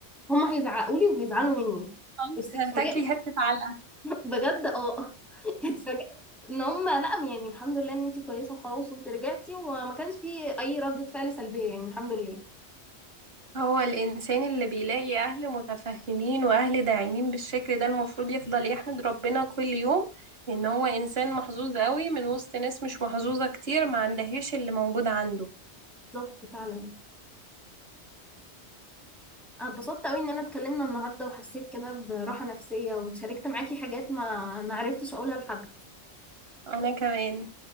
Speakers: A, in the centre; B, on the right.
A: هم هيزعقوا لي وهيزعلوا مني
B: انت
A: بس اتفاجئت
B: هتاكلي حتة علقة
A: بجد اه <laughs> اتفاجئت ان هم لا يعني الحمد لله ان انت كويسه وخلاص انت رجعتي وما كانش في اي ردة فعل سلبيه يعني الحمد لله
B: هو الإنسان اللي بيلاقي أهل متفهمين وأهل داعمين بالشكل ده المفروض يفضل يحمد ربنا كل يوم إن هو إنسان محظوظ قوي من وسط ناس مش محظوظة كتير ما عندهاش اللي موجود عنده
A: بالظبط فعلا أنا اتبسطت قوي ان انا اتكلمنا النهارده وحسيت كده براحه نفسيه وشاركت معاكي حاجات ما ما عرفتش اقولها لحد
B: أنا كمان